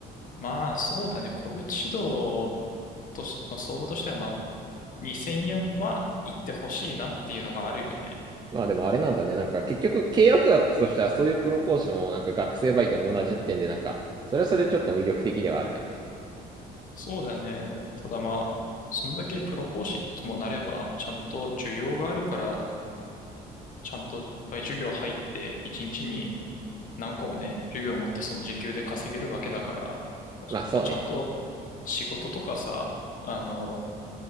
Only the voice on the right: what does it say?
まあでもあれなんだね。なんか結局契約額としてはそういうプロ講師もなんか学生バイトも同じってんで、なんか、それはそれちょっと魅力的ではあるね。
まあそうね。